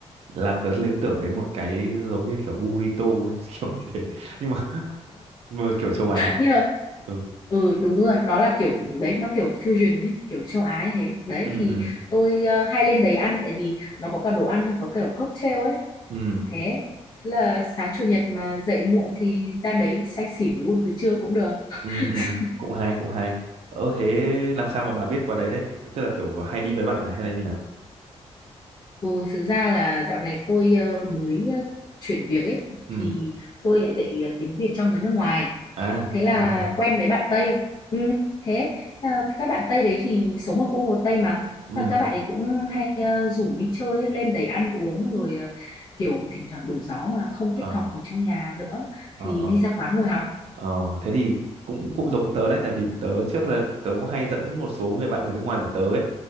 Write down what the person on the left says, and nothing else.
Nhưng mà
ừ đúng đúng rồi, nó là kiểu đấy, nó kiểu fusion ấy, kiểu châu Á như thế. Đấy
thì
tôi ờ, hay lên đấy ăn tại vì nó có cả đồ ăn, nó có kiểu cocktail ấy
thế là sáng chủ nhật mà dậy muộn thì ra đấy say xỉn luôn từ trưa cũng được <laughs>
ừ, thực ra là dạo này tôi ờ, mới ờ, chuyển việc ấy
thì tôi lại dạy ờ, tiếng Việt cho người nước ngoài
thế là
quen mấy bạn Tây ừ, thế ờ, các bạn Tây đấy thì sống ở khu Hồ Tây mà
Thế là các bạn ấy cũng hay ờ, rủ đi chơi ấy, lên đấy ăn uống rồi ờ, kiểu thỉnh thoảng đổi gió mà không
thích học ở trong nhà nữa
thì
đi ra quán ngồi học